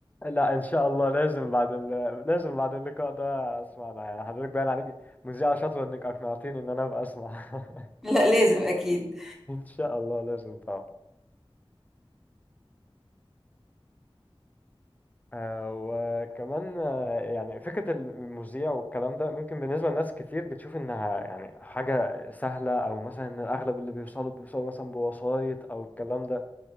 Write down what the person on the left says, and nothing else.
لا إن شاء الله لازم بعد ال... لازم بعد اللقاء ده أسمع ده يعني حضرتك باين عليك مذيعة شاطرة إنك أقنعتيني إن أنا أبقى أسمع <laughs>
إن شاء الله لازم طبعا آه، وكمان آه، يعني فكرة المذيع والكلام ده ممكن بالنسبة لناس كتير بتشوف إنها يعني حاجة سهلة أو مثلا إن أغلب اللي بيوصلوا بيوصلوا مثلا بوسايط أو الكلام ده